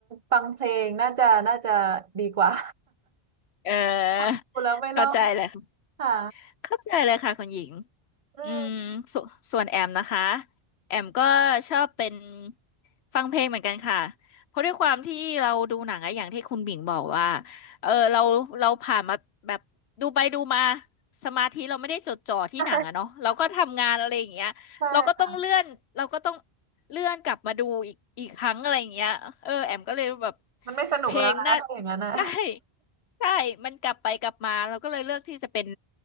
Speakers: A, on the right; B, on the left.
A: ฟังเพลงน่าจะน่าจะดีกว่า
B: เออ
A: <laughs> พูดแล้วไม่รอด
B: เข้าใจเลยค่ะ
A: ค่ะ
B: เข้าใจเลยค่ะคุณหญิง
A: อืม
B: อืมสส่วนแอมนะคะแอมก็ชอบเป็นฟังเพลงเหมือนกันค่ะเพราะด้วยความที่เราดูหนังอะอย่างที่คุณบิ่งบอกว่าเออเราเราผ่านมาแบบดูไปดูมาสมาธิเราไม่ได้จดจ่อที่หนังอะเนาะเราก็ทำงานอะไรอย่างเงี้ยเราก็ต้องเลื่อนเราก็ต้อง
A: ใช่ใช่ค่ะ
B: เลื่อนกลับมาดูอีกอีกครั้งอะไรอย่างเงี้ยเออแอมก็เลยแบบ
A: มันไม่สนุกแล้วนะถ้าอย่างนั้นนะ
B: เพลงน่า <laughs> ใช่ใช่มันกลับไปกลับมาเราก็เลยเลือกที่จะเป็น